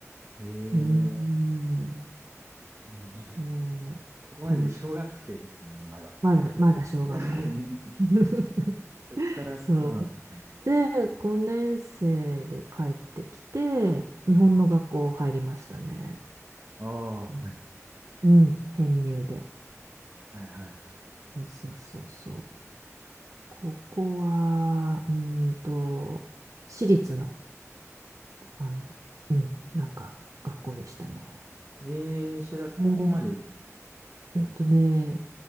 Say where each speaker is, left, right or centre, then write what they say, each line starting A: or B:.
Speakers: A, on the right; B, on the right.
A: ええ
B: うーん、
A: でもまだ。
B: そう、
A: ここまでで小学生ですもんね、
B: 楽しく。
A: まだ。
B: まだ、まだ小学校で
A: <laughs>
B: す。<laughs>
A: そこからどうなっていくんですか
B: そう。で、5年生で帰ってきて、日本の学校入りましたね。
A: ね。あ
B: うん、
A: あ、はい。
B: うん編入で。
A: はいはいは
B: そうそうそうそう。ここは、うーんと、私立の、あの、うん、なんか、学校でしたね。
A: い。ええーそれは高校まで行っ
B: うん。
A: たんです
B: えっとね、